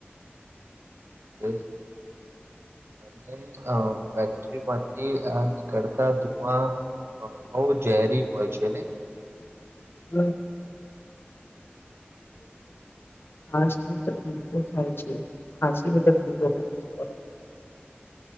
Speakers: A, on the right (about 80°); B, on the left (about 65°).
A: <inaudible> અને અ ફેક્ટરી માંથી આ નીકળતા ધુવા અ બહુ ઝેરી હોય છે ને
B: <unintelligible> ઘાસની તકલીફો થાય છે ખાસીની તકલીફો થાય છે <unintelligible>